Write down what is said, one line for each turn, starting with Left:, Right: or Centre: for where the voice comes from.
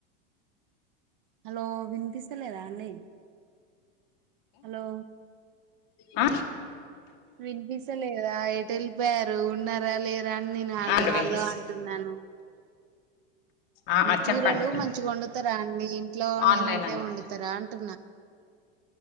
Right: హలో వినిపిస్తలేదా అండి హలో
Left: ఆ
Right: వినిపిస్త లేదా ఎటెల్లి వేరు ఉన్నారా లేద అని నేను హలో
Left: అండి వెంకస్
Right: హలో అంటున్నాను
Left: ఆ ఆ
Right: కూరలు
Left: చెప్పండి
Right: మంచిగా వండుతారా అండి ఇంట్లో వండినట్టే
Left: ఆన్లైన్ అండి
Right: వండుతారా అంటున్నా